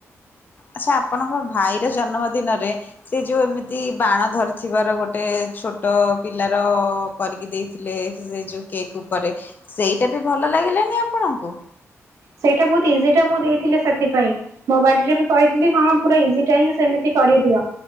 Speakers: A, on the left; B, on the right.
A: ଆଚ୍ଛା ଆପଣଙ୍କ ଭାଇର ଜନ୍ମ ଦିନରେ ସେ ଯୋଉ ଏମିତି ବାଣ ଧରିଥିବାର ଗୋଟେ ଛୋଟ ପିଲାର କରିକି ଦେଇଥିଲେ ସେ ଯୋଉ କେକ୍ ଉପରେ ସେଇଟା ବି ଭଲ ଲାଗିଲାନି ଆପଣଙ୍କୁ?
B: ସେଇଟା ବହୁ ତିଜି ଟା ମୁଁ ଦେଇଥିଲେି ସେଥିପାଇଁ ମୋ ବାଡ଼ିରେ ବି କହିଥିଲି ହଁ ପୁରା ଇଜିଟା ହିଁ ସେମିତି କରିଦିଅ